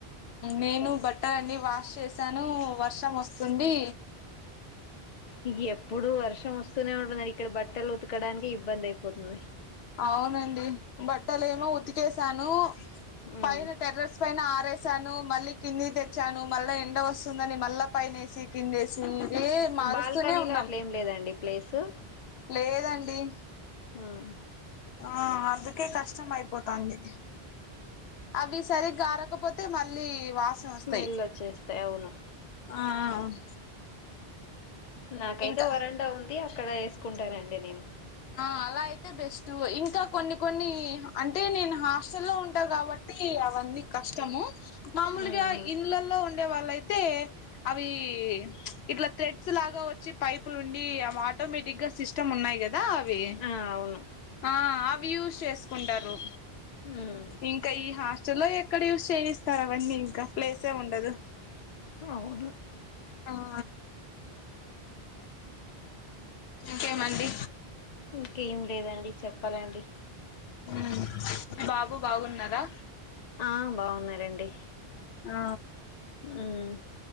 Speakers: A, on the left; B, on the left.
A: నేను బట్టల్ అన్ని వాష్ చేసాను వర్షం ఓస్తుంది
B: ఇగ్ ఎప్పుడు వర్షం వస్తూనే ఉంటదండి ఇక్కడ బట్టలు ఉతకడానికి ఇబ్బంది అయిపోతుంది
A: అవునండి బట్టలేమో ఉతికేసాను
B: ఉమ్
A: పైన టెర్రస్ పైన ఆరేసాను మళ్ళీ కిందికి తెచ్చాను మళ్ళ ఎండ వస్తుందని మళ్ళ పైనేసి కిందేసీ ఇదే మారుస్తూనే
B: బాల్కనీలో
A: ఉన్నాం
B: అట్లే ఏం లేదండి ప్లేసు
A: లేదండి
B: ఉమ్
A: ఆహ్ అందుకే కష్టం అయిపోతది అవి సరిగా ఆరకపోతే మళ్ళీ వాసనొస్తాయి
B: స్మెల్ వచ్చేస్తాయి అవును
A: ఆహ్ ఆహ్ ఆహ్
B: నాకైతే
A: ఇంకా
B: వరండా ఉంది అక్కడ ఏసుకుంటానండి నేను
A: హ్ అలా అయితే బెస్ట్ ఇంకా కొన్ని కొన్ని అంటే నేను హాస్టల్లో ఉంటా కాబ ట్టి అవన్నీ కష్టము మామూలుగా
B: ఉమ్
A: ఇన్లల్లో ఉండే వాళ్ళయితే అవి ఇట్లా థ్రెడ్స్ లాగా వచ్చి పైపులు ఉండి అవి ఆటోమేటిక్ గా సిస్టమ్ ఉన్నాయి గదా కదా అవి
B: ఆ అవును
A: ఆ అవి యూస్ చేసుకుంటారు
B: ఉమ్
A: ఇంకా ఈ హాస్టలో ఎక్కడ యూస్ చేయిస్తారు అవన్నీ ఇంకా ప్లేసే ఉండదు
B: అవును
A: అ ఇంకేమండి
B: ఇంకేం లేదండి చెప్పాలండి
A: ఉహు బాబు బాగున్నారా
B: ఆ బాగున్నారండి
A: అ
B: ఉమ్